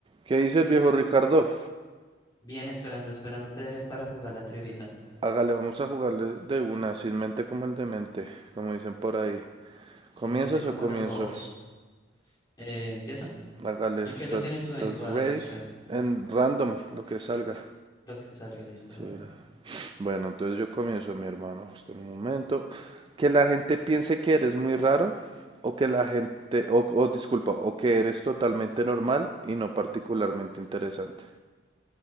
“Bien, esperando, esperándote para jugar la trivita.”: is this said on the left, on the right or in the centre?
Left